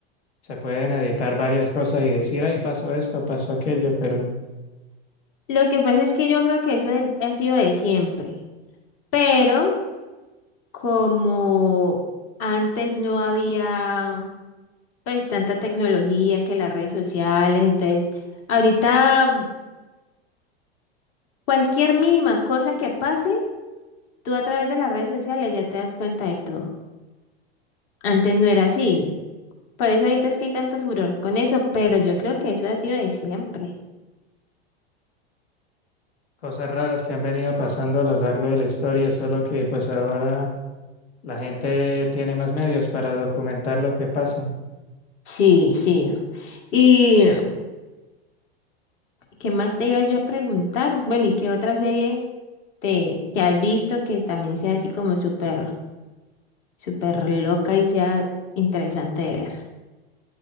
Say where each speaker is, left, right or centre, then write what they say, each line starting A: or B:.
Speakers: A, on the left; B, on the left.
A: se pueden editar varias cosas y decir, ay, pasó esto, pasó aquello, pero...
B: Lo que pasa es que yo creo que eso he- ha sido de siempre, pero como antes no había pues tanta tecnología que las redes sociales, entonces ahorita cualquier mínima cosa que pase, tú a través de las redes sociales ya te das cuenta de todo. Antes no era así. Por eso ahorita es que hay tanto furor con eso, pero yo creo que eso ha sido de siempre.
A: cosas raras que han venido pasando a lo largo de la historia, solo que pues ahora la gente tiene más medios para documentar lo que pasa.
B: Sí, sí. ¿Y qué más te iba yo a preguntar? Bueno, ¿y qué otra serie te, que has visto que también sea así como súper, súper loca y sea interesante de ver?